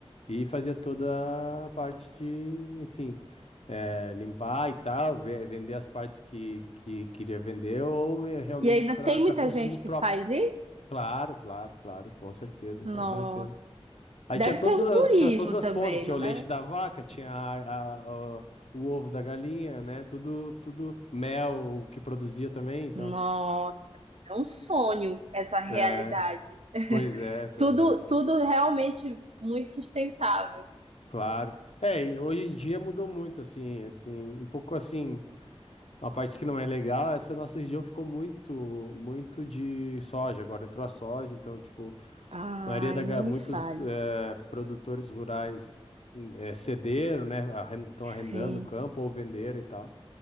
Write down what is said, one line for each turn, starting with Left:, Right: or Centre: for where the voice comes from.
Left: e fazia toda a parte de, enfim eh, limpar e tal, ve- vender as partes que, que queria vender ou eh, realmente
Right: E ainda
Left: para
Right: tem muita
Left: consumo
Right: gente
Left: próprio.
Right: que faz isso?
Left: Claro, claro, claro, com certeza,
Right: Nossa.
Left: com certeza. Aí
Right: Deve
Left: tinha todas
Right: ter um
Left: as,
Right: turismo
Left: tinha todas as
Right: também,
Left: pontas, tinha
Right: não
Left: o leite
Right: deve?
Left: da vaca, tinha a- a- o, o ovo da galinha, né? Tudo, tudo mel o que produzia também, então.
Right: Nossa, é um sonho essa realidade.
Left: É,
Right: <laughs>
Left: pois é, pois
Right: Tudo,
Left: é.
Right: tudo realmente muito sustentável.
Left: Claro. É, e hoje em dia mudou muito, assim, assim, um pouco assim. Uma parte que não é legal, essa nossa região ficou muito, muito de soja. Agora entrou a soja, então, tipo,
Right: Ai,
Left: a maioria da, ga-
Right: nem
Left: muitos
Right: me fale.
Left: eh, produtores rurais eh, cederam, né? arren- Estão
Right: Sim,
Left: arrendando o campo ou venderam e tal.